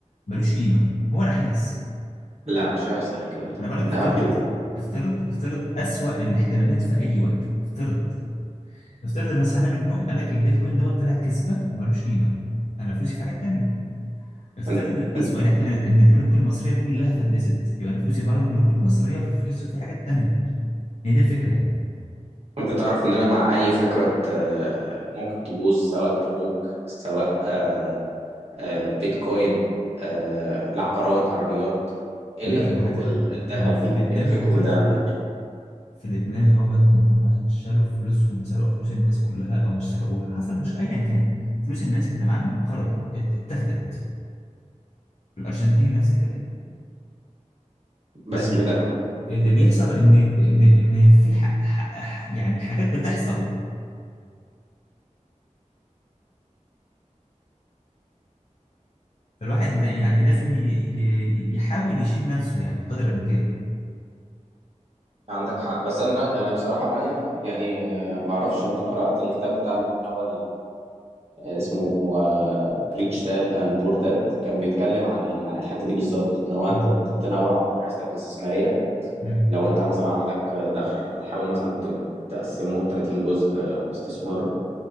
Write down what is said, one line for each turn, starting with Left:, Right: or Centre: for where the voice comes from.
Left: ملوش قيمة هو نحاس
Right: لا مش هيحصل الكلام ده
Left: أنا بقول لك
Right: الذهب
Left: افترض
Right: ليه
Left: افترض افترض أسوأ الاحتمالات في أي وقت افترض افترض إن صحينا من النوم قال لك البيتكوين دوت طلع كذبة وملوش قيمة أنا فلوسي في حاجات تانية افترض
Right: انت انت
Left: أسوأ الاحتمالات إن البنوك المصرية كلها فلست يبقى أنا فلوسي بره البنوك المصرية وفلوسي في حاجات تانية هي دي الفكرة يعني
Right: انت تعرف ان انا مع اي فكرة آه، ممكن تبوظ سواء بنوك سواء آه، آه، البيتكوين آه، العقارات عربيات إيه
Left: ليه
Right: الا فكرة
Left: ما هو
Right: ال- الذهب
Left: ما هو في
Right: دي
Left: لبنان
Right: إيه الا فكرة
Left: اهوت
Right: الذهب دي
Left: في لبنان اهوت ما هم شالوا فلوسهم سرقوا فلوس الناس كلها أو مش سرقوها حصل مش أيا كان فلوس الناس اللي معاهم خرجت ات- اتاخدت في الأرجنتين نفس الكلام
Right: بس
Left: فاللي
Right: مش ذهب
Left: بيحصل إن إن إن في ح... ح... ح- يعني حاجات بتحصل فالواحد يعني لازم ي... ي- يحاول يشيل نفسه يعني قدر الإمكان
Right: عندك حق بس انا يعني بصراحة رأيك يعني آه، ما اعرفش انت قرأت الكتاب بتاع اللي هو اسمه ريتش داد اند بور داد كان بيتكلم عن ال- عن الحته دي بالظبط ان هو انت
Left: مم.
Right: ت- تنوع محفظتك الاستثماريه
Left: مم.
Right: لو انت مثلا عندك دخل فتحاول مثلا ت- تقسمه 30 جزء آه، استثمار